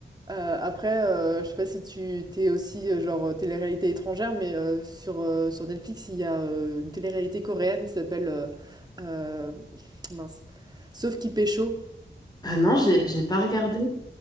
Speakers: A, on the right; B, on the left.
A: Heu, après, heu, je sais pas si tu t'es aussi, heu, genre, euh, télé-réalité étrangère, mais, heu, sur, heu, sur Netflix, il y a, heu, une réalité coréenne qui s'appelle, heu, hem, mince, Sauf qui pécho.
B: Ah non, j'ai j'ai pas regardé.